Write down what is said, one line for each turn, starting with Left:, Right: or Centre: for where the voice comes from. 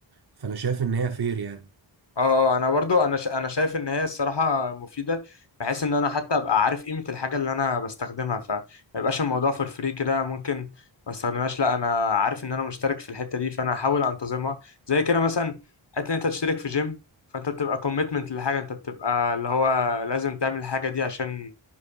Right: فانا شايف ان هي فير يعني
Left: اه انا برضو انا ش... انا شايف ان هي الصراحه مفيده بحيث ان انا حتى ابقى عارف قيمه الحاجه اللي انا بستخدمها فما يبقاش الموضوع فور فري كده ممكن ما استخدمهاش لا انا عارف ان انا مشترك في الحته دي فانا هحاول انتظمها زي كده مثلا حته ان انت تشترك في جيم فانت بتبقى كوميتمنت لحاجه انت بتبقى اللي هو لازم تعمل الحاجه دي عشان